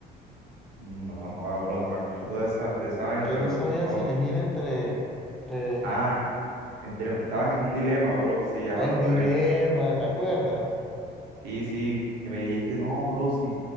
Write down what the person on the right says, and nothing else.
No, <laughs> joda, bro, no me acuerdo de esa, de esa vaina,
pero...
con-
Ah, entré- estabas en un dilema, bro. Sí, ya
me acordé.
Sí, sí, que me dijiste, no, bro, sí,